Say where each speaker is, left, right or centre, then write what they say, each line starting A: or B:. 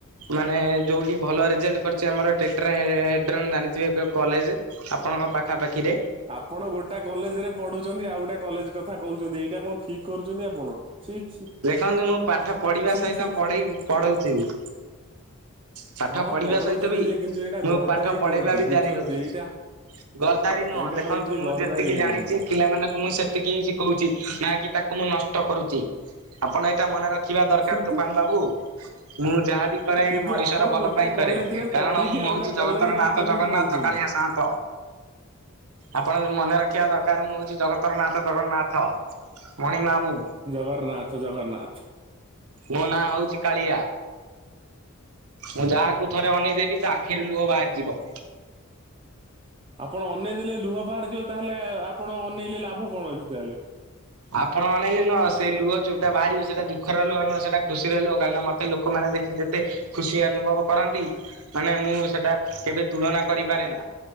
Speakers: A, on the right (about 80°); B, on the right (about 25°).
A: ମାନେ ଯୋଉଠି ଭଲ ରେଜଲ୍ଟ କରିଛି ଆମର। ଟେଟ୍ରା ଏ ଡ୍ରେନ୍ ଜାଣିଥିବେ। କଲେଜ ଆପଣଙ୍କ ପାଖାପାଖିରେ
B: ଆପଣ ଗୋଟା କଲେଜ ରେ ପଢୁଛନ୍ତି ଆଉ ଗୋଟେ କଲେଜ କଥା କହୁଛନ୍ତି ଏଇଟା କଣ ଠିକ କରୁଛନ୍ତି ଆପଣ? ଛି ଛି
A: ଦେଖନ୍ତୁ ମୁଁ ପାଠ ପଢିବା
B: ଛି
A: ସହିତ
B: ଛି
A: ପଢେଇ ପଢଉଛିି। ପାଠ
B: ହଁ
A: ପଢିବା
B: ପଢଉଛନ୍ତି
A: ସହିତ ବି
B: ଯେ କିନ୍ତୁ ଏଇଟା
A: ମୁଁ
B: ଗର୍ଦାରି
A: ପାଠ ପଢେଇବା
B: କୁହନ୍ତି
A: ବି
B: ବୁଝୁଛନ୍ତି
A: ଜାରି ରଖୁଛି।
B: ଏଇଟା
A: ଗର୍ଦାରି ନୁହଁ
B: ଏଇଟା
A: ଦେଖନ୍ତୁ
B: ହଉଛି
A: ମୁଁ
B: ଗର୍ଦାରି
A: ଯେତିକି ଜାଣିଛି
B: କୁହନ୍ତି
A: ପିଲାମାନଙ୍କୁ ମୁଁ ସେତିକି କୋହୁଚି ନାକି ତାକୁ ମୁଁ ନଷ୍ଟ କରୁଚି ଆପଣ ଏଟା ମନେ ରଖ ଦେଖିବା ଦରକାର
B: କିନ୍ତୁ
A: ତୁଫାନ ବାବୁ ମୁଁ ଯାହାବି କରେ
B: କିନ୍ତୁ
A: ଏ ମଣିଷର
B: ଆପଣ
A: ଭଲ
B: ଗୋଟା
A: ପାଇଁ କରେ
B: କଲେଜରେ
A: କାରଣ
B: ପଢିକି
A: ମୁଁ
B: ଆଉ
A: ହୋଉଚି
B: ଗୋଟେ
A: ଜଗତର
B: କଲେଜ ନାଁ
A: ନାଥ
B: କେମିତି
A: ଜଗନ୍ନାଥ
B: କହୁଛନ୍ତି?
A: କାଳିଆ ସାଆନ୍ତ। ଆପଣ ମନେ ରଖିବା ଦରକାର ମୁଁ ହୋଉଚି ଜଗତର ନାଥ ଜଗନ୍ନାଥ ମଣିମା ମୁଁ।
B: ଜଗନ୍ନାଥ ଜଗନ୍ନାଥ।
A: ମୋ ନାଁ ହୋଉଚି କାଳିଆ। ମୁଁ ଯାହାକୁ ଥରେ ଅନେଇ ଦେବି ତା ଆଖିରେ ଲୁହ ବାହାରିଯିବ।
B: ଆପଣ ଅନେଇ ଦେଲେ ଲୁହ ବାହାରି ଯିବ ତାହେଲେ ଆପଣ ଅନେଇଲେ ଲାଭ କଣ ଅଛି ତାହେଲେ।
A: ଆପଣ ଅନେଇଲେ ନୁହଁ ସେ ଲୁହ ଯୋଉଟା ବାହାରିବ ସେଇଟା ଦୁଃଖ ଲୁହ ନହଁ ସେଟା ଖୁସିର ଲୁହ କାରଣ ମତେ ଲୋକମାନେ ଦେଖି ଦେ ଏତେ ଖୁସି ଅନୁଭବ କରନ୍ତି ମାନେ ମୁଁ ସେଟା କେବେ ତୁଳନା କରିପାରେ ନା।